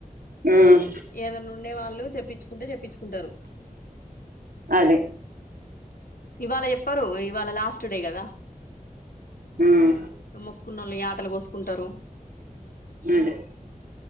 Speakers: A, on the right; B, on the left.
A: ఉమ్
B: ఏదైనా ఉంన్నే వాళ్ళు చెప్పించుకుంటే చెప్పించుకుంటారు
A: అదే
B: ఇవాళ ఎప్పరు ఇవాళ లాస్ట్ డే కదా
A: ఉమ్
B: మొక్కున్నోళ్ళు యాటలు కోసుకుంటరు
A: అదె